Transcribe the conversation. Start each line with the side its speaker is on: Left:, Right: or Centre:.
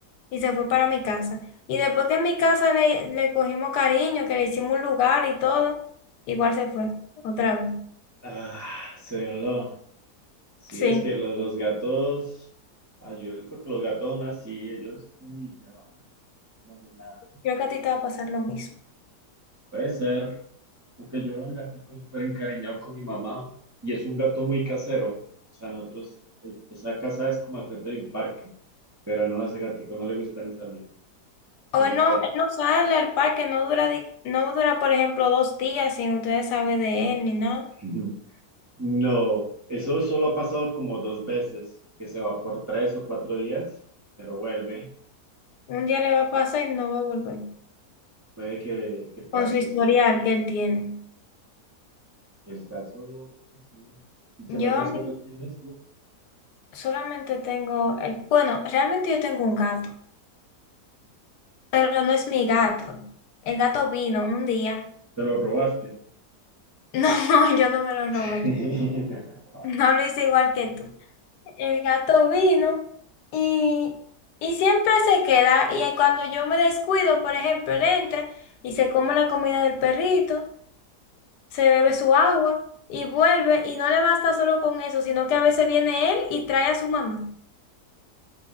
Left: y se fue para mi casa. Y después que en mi casa le, le cogimos cariño, que le hicimos un lugar y todo, igual se fue, otra vez.
Right: ah, se voló. Sí,
Left: Sí,
Right: es que lo- los gatos, ay, yo creo que los gatos son así, ellos pues, ni se van, como si nada.
Left: creo que a ti te va a pasar lo mismo.
Right: Puede ser, porque yo veo el gatico súper encariñado con mi mamá y es un gato muy casero. O sea, nosotros, es- esa casa es como al frente de un parque, pero no, a ese gatico no le gusta ni salir,
Left: O
Right: pues
Left: él
Right: se
Left: no,
Right: queda.
Left: él no sale al parque, no dura, di- no dura, por ejemplo, dos días sin ustedes saber de él ni nada.
Right: <laughs> No, eso solo ha pasado como dos veces, que se va por tres o cuatro días, pero vuelve.
Left: Un día le va a pasar y no va a volver.
Right: Puede que, que pase,
Left: con su historial
Right: sí.
Left: que él tiene.
Right: El caso es que sí. ¿Y qué
Left: Yo
Right: más mascotas
Left: a mí
Right: tienes tú?
Left: solamente tengo, el- bueno, realmente yo tengo un gato, pero no es mi gato. El gato vino un día.
Right: Te lo robaste.
Left: <laughs> No, yo no me lo
Right: <laughs>
Left: robé. No lo hice igual que tú. El gato vino y, y siempre se queda y ahí cuando yo me descuido, por ejemplo, él entra y se come la comida del perrito, se bebe su agua y vuelve y no le basta solo con eso, sino que a veces viene él y trae a su mamá.